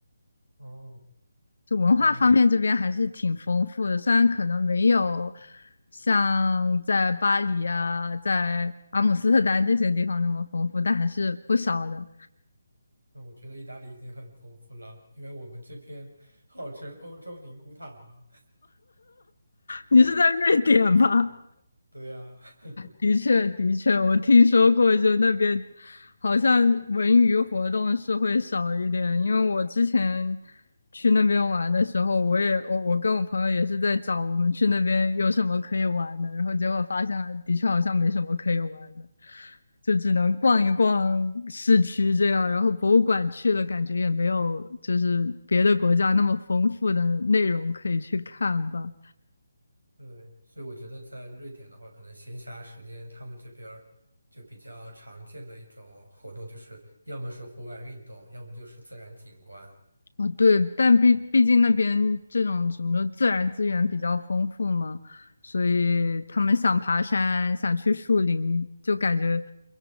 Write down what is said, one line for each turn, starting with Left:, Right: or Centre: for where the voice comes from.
Right: 哦
Left: 就文化方面这边还是挺丰富的，
Right: 哦，
Left: 虽然可能没有像在巴黎啊、在阿姆斯特丹这些地方那么丰富，但还是不少的。
Right: 那我觉得意大利已经很丰富了，因为我们这边号称欧洲宁古塔嘛。
Left: 你是在瑞典吗？
Right: 对呀，<laughs>
Left: 的确，的确，我听说过，就那边好像文娱活动是会少一点，因为我之前去那边玩的时候，我也我我跟我朋友也是在找我们去那边有什么可以玩的，然后结果发现的确好像没什么可以玩的，就只能逛一逛市区这样，然后博物馆去了，感觉也没有就是别的国家那么丰富的内容可以去看吧。
Right: 对，所以我觉得在瑞典的话，可能闲暇时间他们这边儿就比较常见的一种活动，就是要么是户外运动，要么就是自然景观。
Left: 哦，对，但毕毕竟那边这种什么自然资源比较丰富嘛，所以他们想爬山，想去树林，就感觉